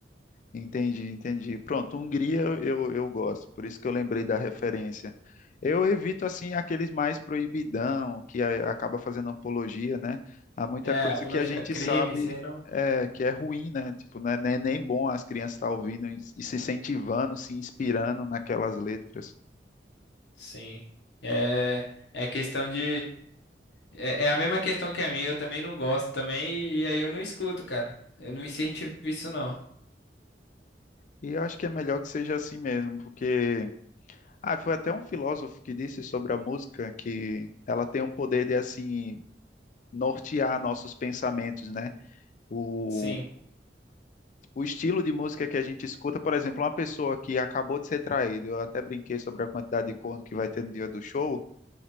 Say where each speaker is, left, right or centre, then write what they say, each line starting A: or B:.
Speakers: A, on the left; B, on the left.
A: Entendi, entendi. Pronto, Hungria eu, eu gosto, por isso que eu lembrei da referência. Eu evito, assim, aqueles mais proibidão, que a- acaba fazendo apologia, né? Há muita
B: É,
A: coisa
B: apologia
A: que a gente
B: a crime,
A: sabe
B: isso aí não.
A: é, que é ruim, né? Tipo, não é nem nem bom as crianças estar ouvindo e, e se incentivando, se inspirando naquelas letras.
B: Sim. É, é questão de É, é a mesma questão que a minha, eu também não gosto também, e aí eu não escuto, cara. Eu não incentivo isso, não.
A: E eu acho que é melhor que seja assim mesmo, porque... Ah, foi até um filósofo que disse sobre a música que ela tem um poder de, assim, nortear nossos pensamentos, né? o,
B: Sim,
A: o estilo de música que a gente escuta, por exemplo, uma pessoa que acabou de ser traído, eu até brinquei sobre a quantidade de corno que vai ter no dia do show,